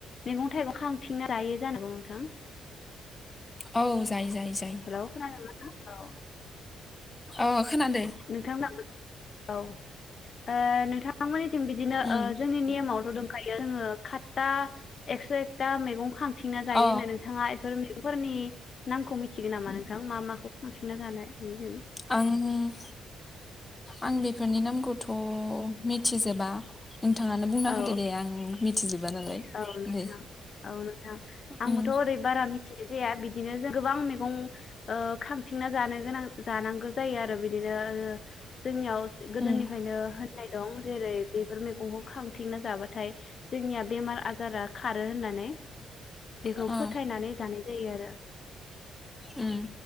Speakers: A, on the left; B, on the left.
A: मैगं थाइगं खांथिंना लायो जानांगौ नोंथां
B: औ जायो जायो जायो
A: हेलौ खोनादोंना औ ओ
B: अ खोनादो
A: नोंथांमोनाबो औ ओ नोंथांमोननि बिदिनो
B: उम
A: ओ जोंनि नेमावथ' दं ओमफायो जोङो खतता एक्स' एकता मैगं खां थिंना जायो
B: अ
A: होननानै नोंथाङा बेफोर फोरनि नामखौ मिथ मिथिगोन नामा नोंथां मा माखौ खांफिनना जानाय जों
B: आं आं बेफोरनि नामखौथ' मिथिजोबा नोंथाङानो बुंना
A: औ
B: होदो दे आं मिथिजोबा नालाय
A: औ औ नोंथां
B: दे
A: औ नोंथां आंबोथ'
B: उम
A: ओरै बारा मिथिनाय जाया बिदिनो जों गोबां मैगं ओ खां बिथिंना जानो गोनां जानांगो जायो आरो बिदि बिदिनो जोंनियाव गोदोनिफ्रायनो
B: उम
A: नाय दं जेरै बेफोर मैगंखौ खां थिंना जाबाथाय जोंनिया बेमार आजारा खारो होननानै बेखौ
B: अ
A: फोथायनानै जानाय जायो आरो
B: उम